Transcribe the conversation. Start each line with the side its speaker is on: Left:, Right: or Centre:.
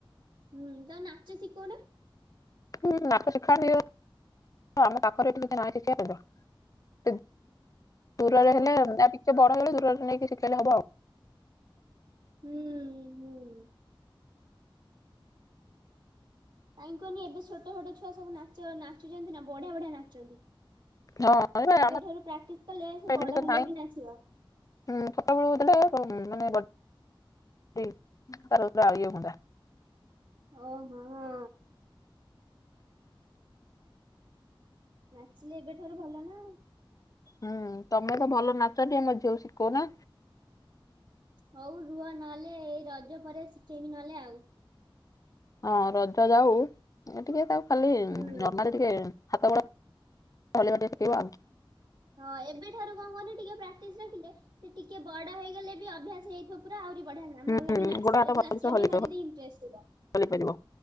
Right: ହୁଁ, ତାକୁ ନାଚ ସିକୋଉନା।
Left: ହୁଁ, ନାଚ ଶିଖାନ୍ତି ଆମ ପାଖରେ ଏଠି କିଛି ନାହିଁ ଶିଖିଆ ପାଇଁ ତ। ଦୂରରେ
Right: ଓହୋ
Left: ହେଲେ ଆ ଟିକେ ବଡ ହେଇଗଲେ ଦୂରରେ ନେଇକି ଶିଖେଇଲେ ହବ ଆଉ।
Right: ହୁଁ -ହୁଁ। କାଇଁ କହନି ଏବେ ଛୋଟ-ଛୋଟ ଛୁଆ ସବୁ ନାଚ ନାଚୁଚନ୍ତି ନା, ବଢିଆ-ବଢିଆ ନାଚନ୍ତି।
Left: ହଁ ଏ
Right: ଏବେଠାରୁ
Left: ଆମ
Right: ପ୍ରାକ୍ଟିସ୍ କଲେ, ସେ
Left: ଏଠି
Right: ବଡ
Left: ତ
Right: ହେଲେ
Left: ନାହିଁ
Right: ବି ନାଚିବ।
Left: <inaudible>
Right: ଓ ହଁ। ନାଚିଲେ ଏବେଠାରୁ ଭଲ ନା।
Left: ହୁଁ, ତମେ ତ ଭଲ ନାଚ ଟିକେ ଆମ ଝିଅକୁ ଶିକୋଉନା।
Right: ହଉ ରୁହ ନହେଲେ ଏଇ ରଜ ପରେ ଶିଖେଇବି ନହଲେ ଆଉ।
Left: ହଁ ରଜ ଯାଉ, ଏ ଟିକେ ତାକୁ ଖାଲି
Right: ହୁଁ।
Left: ନର୍ମାଲି- ଟିକେ ହାତ ଗୋଡ଼ ହଲେଇବା ଟିକେ ସିକେଇବ ଆଉ।
Right: ହଁ, ଏବେଠାରୁ କଣ କୁହନି ଟିକେ ପ୍ରାକ୍ଟିସ୍ ରଖିଲେ ସେ ଟିକେ ବଡ ହେଇଗଲେ ବି ଅଭ୍ୟାସ ହେଇଥିବ ପୁରା ଆହୁରି ବଢିଆ ନା,
Left: ହୁଁ
Right: ଭଲ ବି ନାଚିବ
Left: ଗୋଡ ହାତ
Right: ଯଦି
Left: ଭଲସେ
Right: ନଚିଆ
Left: ହଲେଇବ
Right: ପାଇଁ ତାର ଯଦି ଇଣ୍ଟ୍ରେଷ୍ଟ ଥିବ।
Left: ହଲେଇ ପାରିବ